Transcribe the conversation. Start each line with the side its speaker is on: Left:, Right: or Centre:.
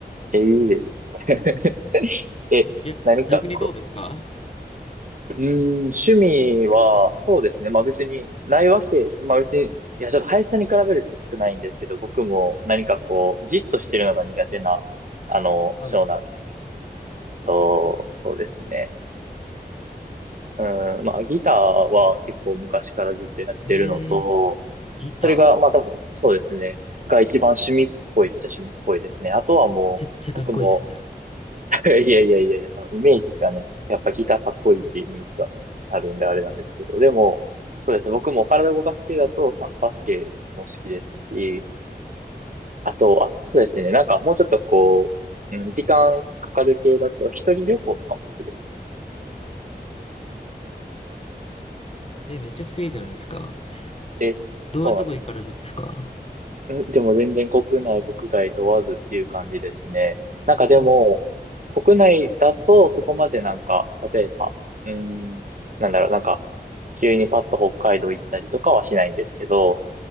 Right: え、いいですね。<laughs> え、
Left: 逆、
Right: 何かこ
Left: 逆にどうですか
Right: う。うーん、趣味は、そうですね。まあ別に、ないわけ、まあ別に、いや、ちょっと林さんに比べると少ないんですけど、僕も何かこう、じっとしてるのが苦手な、あの、
Left: はい。
Right: 性なんで。と、そうですね。うん、まあ、ギターは結構昔からずっとやってるのと、
Left: えー、ギタ
Right: それが、まあ多分、そうですね。が一番趣味っぽいっちゃ趣味っぽいですね。あとはもう、
Left: ー。めちゃくちゃかっこいいですね。
Right: 僕も、<laughs> いやいやいやいや、そのイメージがね、やっぱギターかっこいいっていうイメージがあるんであれなんですけど、でも、そうですね。僕も体動かす系だとさ、バスケも好きですし、あと、あ、そうですね。なんかもうちょっとこう、うん、時間かかる系だと、一人旅行とかも好きですね。
Left: えー、めちゃくちゃいいじゃないですか。
Right: で、
Left: どういうとこ行かれるんですか
Right: そうなんです。えでも全然国内、国外問わずっていう感じですね。なんかでも、
Left: うん
Right: 国内だとそこまでなんか、例えば、うーん、なんだろう、なんか、急にパッと北海道行ったりとかはしないんですけど、